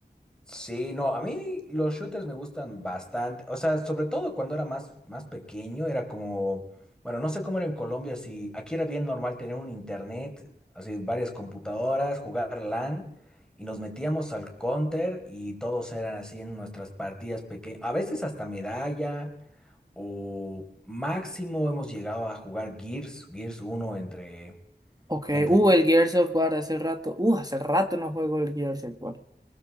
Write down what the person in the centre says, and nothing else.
Sí, no, a mí los shooters me gustan bastante, o sea, sobre todo cuando era más, más pequeño, era como, bueno, no sé cómo era en Colombia, si aquí era bien normal tener un internet, así varias computadoras, jugar LAN, y nos metíamos al counter y todos eran así en nuestras partidas pequeñas, a veces hasta medalla, o máximo hemos llegado a jugar Gears, Gears uno entre,
entre